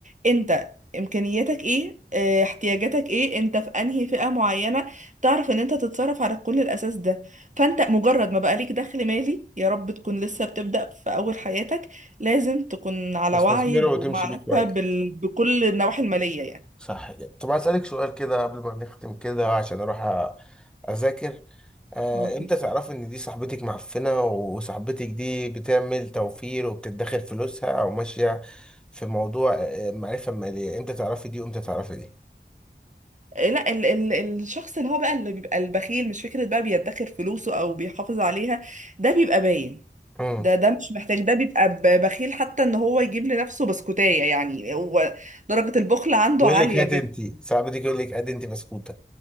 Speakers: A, on the right; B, in the centre.
A: انت امكانياتك ايه اه، احتياجاتك ايه انت في انهي فئه معينه تعرف ان انت تتصرف على كل الاساس ده فانت مجرد ما بقى ليك دخل مالي يا رب تكون لسه بتبدا في اول حياتك لازم تكون على
B: ما تستثمره
A: وعي ومعرفه
B: وتمشي بيه كويس
A: بال... بكل النواحي الماليه يعني
B: صح كده طب اسالك سؤال كده قبل ما نختم كده عشان اروح أ- اذاكر آه،
A: اوكي
B: امتى تعرفي ان دي صاحبتك معفنه وصاحبتك دي بتعمل توفير وبتدخر فلوسها او ماشيه في موضوع آه، معرفه ماليه امتى تعرفي دي وامتى تعرفي دي
A: آه، لا ال ال الشخص اللي هو بقى اللي بيبقى البخيل مش فكرة بقى بيدخر فلوسه او بيحافظ عليها ده بيبقى باين
B: امم
A: ده ده مش محتاج ده بيبقى ب- بخيل حتى ان هو يجيب لنفسه بسكوتاية يعني هو درجة البخل عنده
B: يقول
A: عالية
B: لك هات
A: جدا
B: انت صاحبتك يقول لك هات انت بسكوته